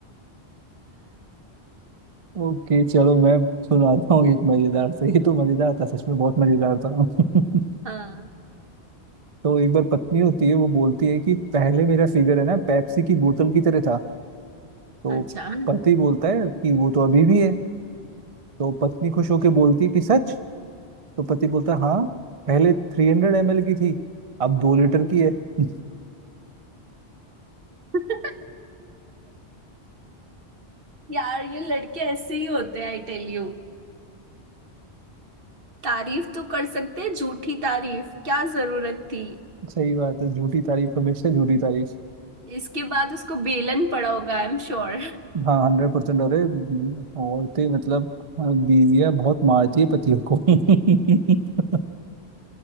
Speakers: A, on the right; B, on the right.
A: ओके चलो मैं सुनाता हूँ एक मजेदार से ये तो मजेदार था सच में बहुत मजेदार था <laughs>
B: हाँ
A: तो एक बार पत्नी होती है वो बोलती है कि पहले मेरा फिगर है ना पेप्सी की बोतल की तरह था तो
B: अच्छा
A: पति बोलता है कि वो तो अभी भी है तो पत्नी खुश होकर बोलती है कि सच तो पति बोलता है हाँ पहले थ्री हंड्रेड एम एल की थी अब दो लीटर की है <laughs>
B: <laughs> यार ये लड़के ऐसे ही होते हैं आई टेल यू तारीफ तो कर सकते हैं झूठी तारीफ क्या जरूरत थी
A: सही बात है झूठी तारीफ हमेशा झूठी तारीफ
B: इसके बाद उसको बेलन पड़ा होगा आई एम श्योर
A: हाँ हंड्रेड परसेंट अरे औरतें मतलब अ, बीवियां बहुत मारती है पतियों को <laughs>